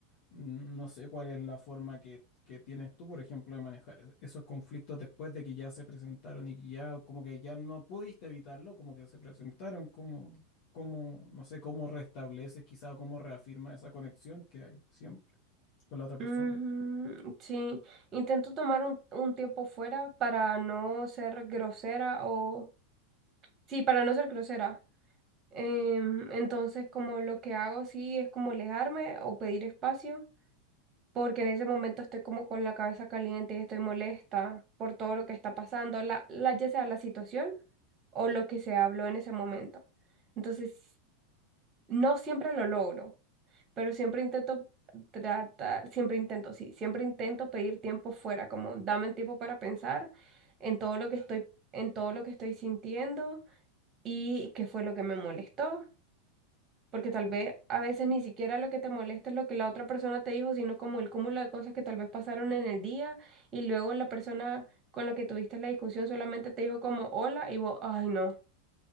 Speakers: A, on the left; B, on the right.
A: mm, no sé cuál es la forma que, que tienes tú, por ejemplo, de manejar e-, esos conflictos después de que ya se presentaron y que ya, como que ya no pudiste evitarlo, como que se presentaron, como, como, no sé, cómo restableces quizá o cómo reafirma esa conexión que hay siempre con la otra
B: Mm,
A: persona.
B: sí, intento tomar un, un tiempo fuera para no ser grosera o... Sí, para no ser grosera. Em, entonces, como lo que hago, sí, es como alejarme o pedir espacio. porque en ese momento estoy como con la cabeza caliente y estoy molesta por todo lo que está pasando, la, la, ya sea la situación o lo que se habló en ese momento. Entonces, no siempre lo logro, pero siempre intento tratar, siempre intento, sí, siempre intento pedir tiempo fuera, como dame tiempo para pensar en todo lo que estoy, en todo lo que estoy sintiendo y qué fue lo que me molestó porque tal vez a veces ni siquiera lo que te molesta es lo que la otra persona te dijo, sino como el cúmulo de cosas que tal vez pasaron en el día y luego la persona con la que tuviste la discusión solamente te dijo como hola y vos, ay no,